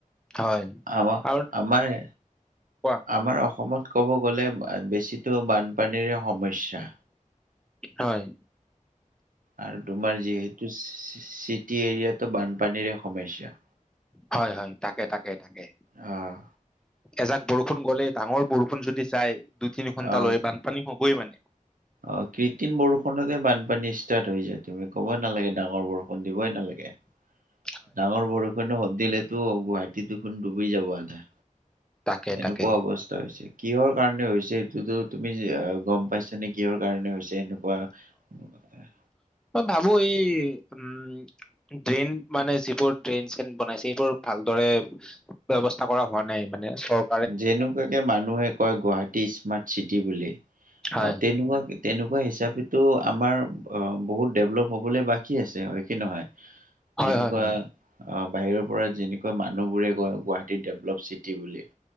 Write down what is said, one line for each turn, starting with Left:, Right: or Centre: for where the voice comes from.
Centre: হয়
Right: আমাৰ,
Centre: আৰু
Right: আমাৰে
Centre: কোৱা
Right: আমাৰ অসমত ক'ব গ'লে বেছিটো বানপানীৰে সমস্যা।
Centre: হয়।
Right: আৰু তোমাৰ যিহেতু চি- টি এৰিয়াতো বানপানীৰে সমস্যা।
Centre: হয় হয় তাকে তাকে তাকে।
Right: আঁহ।
Centre: এজাক বৰষুণ গ'লে ডাঙৰ বৰষুণ যদি যায় দুই তিনি ঘন্টা
Right: অ
Centre: লৈ বানপানী হবই মানে।
Right: অ কৃত্ৰিম বৰষুণতে বানপানী ষ্টাৰ্ট হৈ যায় তুমি ক'বই নালাগে ডাঙৰ বৰষুণ দিবই নালাগে।
Centre: <unintelligible>
Right: ডাঙৰ বৰষুণ দিলেতো গুৱাহাটীদেখুন ডুবি যাব আধা।
Centre: তাকে
Right: এনেকুৱা
Centre: তাকে
Right: অৱ স্থা হৈছে কিহৰ কাৰণে হৈছে এইটোতো তুমি গম পাইছা নে কিহৰ কাৰণে হৈছে এনে কোৱা?
Centre: মই ভাবো এই উম ড্ৰেইন মানে যিবোৰ ড্ৰেইন চেইন বনাইছে সেইবোৰ ভালদৰে ব্যৱস্থা কৰা হোৱা নাই মানে চক
Right: যেনেকুৱাকে মানুহে কয় গুৱাহাটী স্মাৰ্ট চিটি বুলি
Centre: হয়।
Right: অহ তেনেকুৱাকে তেনেকুৱা হিচাপেটো আমাৰ অ বহুত ডেভলপ হবলে বাকী আছে হয় কি নহয়,
Centre: হয়
Right: যেনেকুৱা
Centre: হয় হয়
Right: আঁহ বাহিৰৰ পৰা যেনেকুৱা মানুহ বোৰে কয় গুৱাহাটী ডেভলপ চিটি বুলি